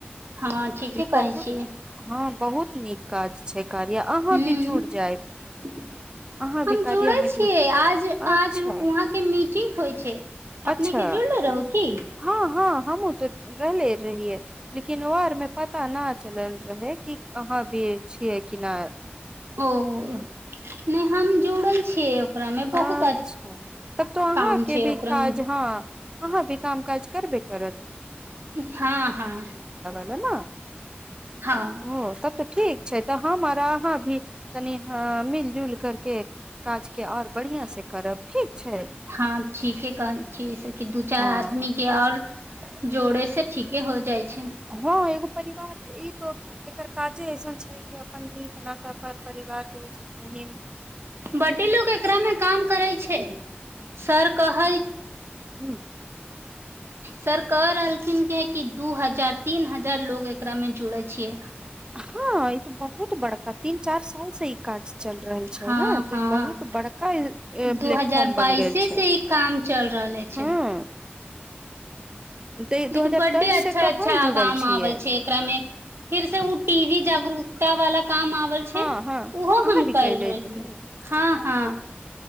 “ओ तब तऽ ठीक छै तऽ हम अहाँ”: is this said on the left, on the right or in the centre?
Right